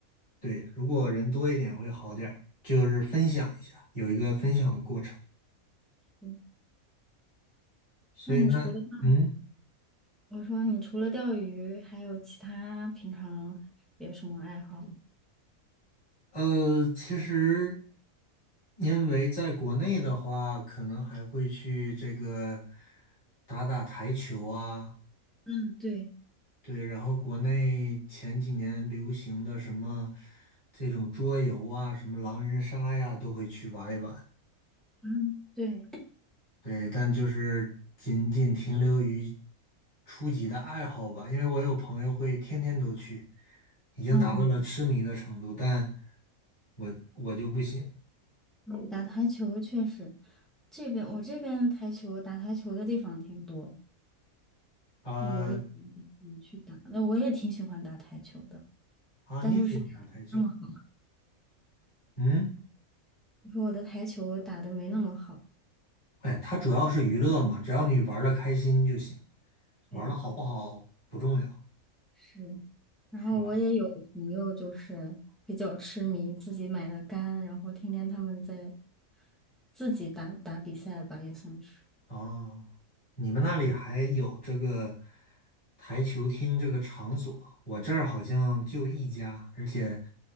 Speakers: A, on the left; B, in the centre.
A: 对，如果人多一点会好点儿，就是分享一下，有一个分享的过程。
B: 嗯
A: 所以呢，
B: 那你除了钓
A: 嗯，
B: 我说你除了钓鱼，还有其他平常有什么爱好？
A: 呃，其实因为在国内的话，可能还会去这个打打台球啊。
B: 嗯，对，
A: 对，然后国内前几年流行的什么这种桌游啊，什么狼人杀呀，都会去玩一玩。
B: 嗯，对，
A: 对，但就是仅仅停留于初级的爱好吧，因为我有朋友会天天都去，已经达到了痴迷的程度，
B: 嗯嗯
A: 但我我就不行。
B: 对打台球确实，这边我这边台球打台球的地方挺多。
A: 啊
B: 我也嗯去打，那我也挺喜欢打台球的，
A: 啊，
B: 但就是打得没那么好，
A: 你喜欢打台球？嗯，
B: 我说我的台球打的没那么好。
A: 哎呀它主要是娱乐嘛，只要你玩的开心就行，玩的好不好不重要，
B: 对，是。然后我也有朋友就是比较痴迷，
A: 是吧？
B: 自己买的杆，然后天天他们在自己打打比赛吧，也算是。
A: 哦，你们那里还有这个台球厅这个场所？我这儿好像就一家，而且